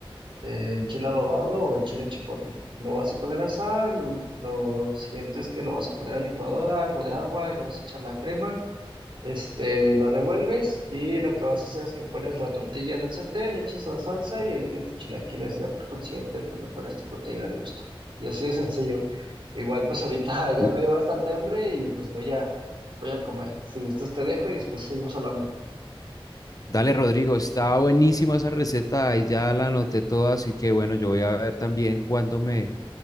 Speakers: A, on the right (about 60°); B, on the left (about 40°).
A: eh, el chile adobado o el chile chipotle. Lo vas a poner a asar, lo, lo siguiente es que lo vas a poner a la licuadora, algo de agua y le vas a echar la crema este, la revuelves y lo que vas a hacer es que pones la tortilla en el sartén, le echas la salsa y ahí tienes tus chilaquiles. Ya por consiguiente, pues le pones tu proteína al gusto. Y así de sencillo. Igual, pues ahorita <laughs> ya
B: Uh,
A: me dio bastante hambre y pues voy a, voy a comer. Si gustas, te dejo y después seguimos hablando.
B: dale, Rodrigo, está buenísima esa receta, ahí ya la anoté toda, así que bueno, yo voy a ver también cuándo me,